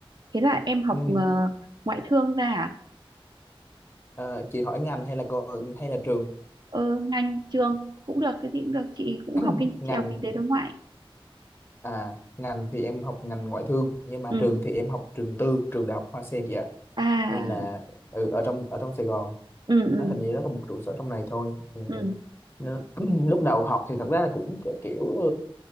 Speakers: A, on the right (about 50°); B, on the left (about 25°).
A: Thế là em học
B: Ừ.
A: ờ, ngoại thương ra à?
B: Ờ, chị hỏi ngành hay là co- hay là trường
A: Ờ, ngành trường cũng được, cái gì cũng được. Chị cũng
B: <clears throat>
A: học kinh, chị
B: ngành
A: học kinh tế đối ngoại.
B: à ngành thì em học ngành ngoại thương nhưng mà
A: Ừ.
B: trường thì em học trường tư trường đại học Hoa Sen vậy ạ
A: À,
B: nên là ừ, ở trong ở trong Sài Gòn
A: ừ ừ
B: nó hình như nó có một trụ sở trong này thôi ừ.
A: ừ
B: Nó- <clears throat> lúc đầu học thì thật ra là cũng kiểu, kiểu